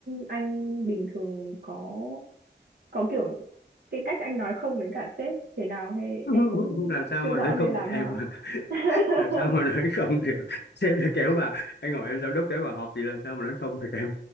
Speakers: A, on the right; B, on the left.
A: anh bình thường có có kiểu cái cách anh nói không với cả sếp thế nào hay
B: <laughs>
A: em cũng
B: làm sao
A: chưa
B: mà
A: rõ
B: nói
A: nên
B: không
A: làm
B: được em
A: nào <laughs>
B: làm sao mà <laughs> nói không được sếp đã kéo vào anh hỏi em giám đốc kéo vào họp thì làm sao mà nói không được em